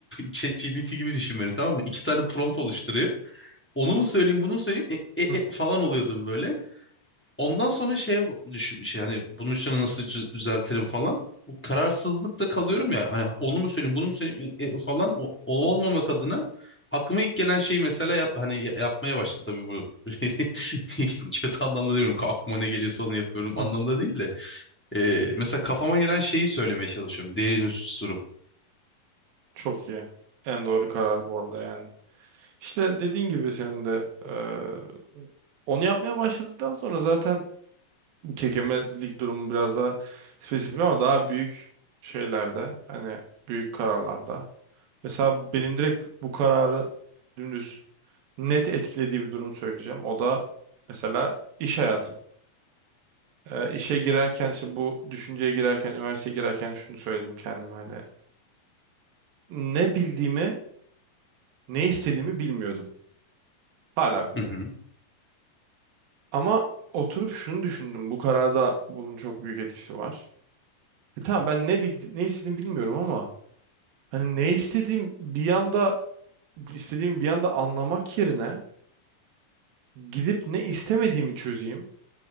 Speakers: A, in the centre; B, on the right (about 80°).
A: <laughs> ChatGPT gibi düşün beni tamam mı? İki tane prompt oluşturuyor. Onu mu söyleyeyim bunu mu söyleyeyim E, e,
B: Hı,
A: e falan oluyordum böyle. Ondan sonra şey düşün işte hani bunun üstüne nasıl cü- düzeltirim falan. Bu kararsızlıkta kalıyorum ya hani onu mu söyleyeyim bunu mu söyleyeyim e, e, falan o, o
B: hı,
A: olmamak adına aklıma ilk gelen şeyi mesela yap, hani ya- yapmaya başladım tabii bu <laughs> kötü anlamda demiyorum aklıma ne geliyorsa onu yapıyorum
B: hı.
A: anlamında değil de E, mesela kafama gelen şeyi söylemeye çalışıyorum derini susturup.
B: Çok iyi. En doğru karar bu arada yani. İşte dediğin gibi senin de eee, onu yapmaya başladıktan sonra zaten bu kekemelik durumu biraz daha spesifik ama daha büyük şeylerde hani büyük kararlarda. Mesela benim direkt bu kararı dümdüz net etkilediği bir durum söyleyeceğim. O da mesela iş hayatım. Ee, işe girerken işte bu düşünceye girerken, üniversiteye girerken şunu söyledim kendime hani ne bildiğimi Ne istediğimi bilmiyordum. Hala bilmiyorum.
A: Hı hı.
B: Ama oturup şunu düşündüm. Bu kararda bunun çok büyük etkisi var. E tamam ben ne bildi ne istediğimi bilmiyorum ama hani ne istediğim bir yanda istediğimi bir yanda anlamak yerine gidip ne istemediğimi çözeyim.